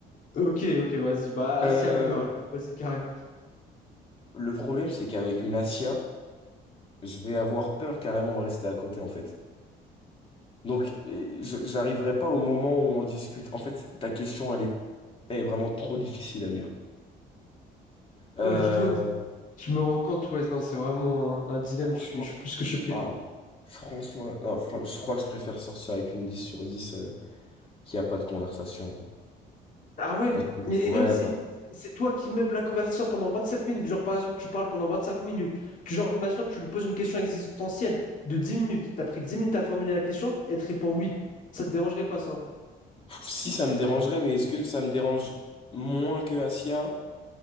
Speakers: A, on the left; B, on the left.
A: Ok, ok, vas-y, bah, assis
B: Euh,
A: à maintenant, alors. vas-y, carré.
B: le problème, c'est qu'avec une Asia, je vais avoir peur carrément de rester à côté, en fait. Donc, et je- j'arriverai pas au moment où on discute. En fait, ta question, elle est, elle est vraiment trop difficile, Amir. Euh,
A: Ouais, <laughs> non, je me rends compte, ouais, non, c'est vraiment un, un dilemme,
B: franchement,
A: je suis, je suis plus que choqué.
B: ah, franchement, non, fran- je crois que je préfère sortir avec une 10 sur 10 euh, qu'il n'y a pas de conversation.
A: Ah ouais,
B: Parce que-
A: et,
B: ouais,
A: et même si
B: parce-
A: c'est toi qui meubles la conversation pendant 25 minutes, genre par exemple, tu parles pendant 25 minutes, tu, genre, imaginons que tu lui poses une question existentielle de 10 minutes, t'as pris 10 minutes à formuler la question, et elle te répond oui, ça te dérangerait pas ça? hein.
B: si ça me dérangerait, mais est-ce que ça me dérange moins que Asia?